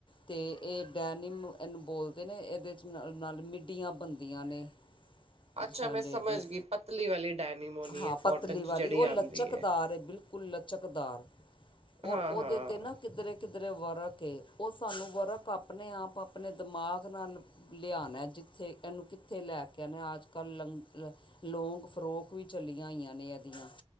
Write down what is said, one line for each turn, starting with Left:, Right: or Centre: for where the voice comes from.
Left: ਤੇ ਇਹ ਡੈਨਿਮ ਇਹਨੂੰ ਬੋਲਦੇ ਨੇ, ਇਹਦੇ 'ਚ ਨਾਲ ਮਿੱਡੀਆਂ ਬਣਦੀਆਂ ਨੇ,
Right: ਅੱਛਾ
Left: ਜ
Right: ਮੈਂ
Left: ਲੇਡੀਜ਼
Right: ਸਮਝ ਗਈ ਪਤਲੀ ਵਾਲੀ ਡੈਨੀਮ ਹੋਣੀ
Left: ਹਾਂ,
Right: ਹੈ
Left: ਪਤਲੀ
Right: ਕੋਟਨ ਚ
Left: ਵਾਲੀ
Right: ਜਿਹੜੀ
Left: ਉਹ ਲਚਕਦਾਰ
Right: ਆਉਂਦੀ ਹੈ
Left: ਬਿਲਕੁਲ ਕੁੱਲ ਲਚਕਦਾਰ
Right: ਹਾਂ
Left: ਔਰ ਉਹਦੇ
Right: ਹਾਂ
Left: 'ਤੇ ਨਾ, ਕਿੱਧਰੇ-ਕਿੱਧਰੇ ਵਰਕ ਏ ਉਹ ਸਾਨੂੰ ਵਰਕ ਆਪਣੇ ਆਪ ਆਪਣੇ ਦਿਮਾਗ ਨਾਲ ਲਿਆਣਾ, ਜਿੱਥੇ ਇਹਨੂੰ ਕਿੱਥੇ ਲੈ ਕੇ ਇਹਨੇ ਆ ਕ ਲੰਗ ਲੌਂਗ ਫਰੋਕ ਵੀ ਚੱਲੀਆਂ ਹੋਈਆਂ ਨੇ ਇਹਦੀਆਂ